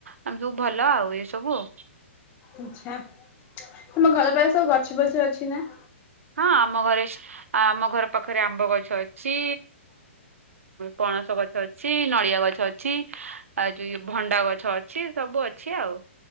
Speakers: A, on the right; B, on the left.
A: ।ଆମେ ସବୁ ଭଲ ଆଉ ଏ ସବୁ ଆଉ।
B: ଆଛା, ତମ ଘର ପାଖରେ ସବୁ ଗଛ ପଛ ଅଛି ନା?
A: ହଁ ଆମ ଘରେ ଆମ ଘର ପାଖରେ ଆମ୍ବ ଗଛ ଅଛି। ପଣସ ଗଛ ଅଛି, ନଳିଆ ଗଛ ଅଛି, ଆଉ ଯୋଉ ଭଣ୍ଡା ଗଛ ଅଛି ସବୁ ଅଛି ଆଉ।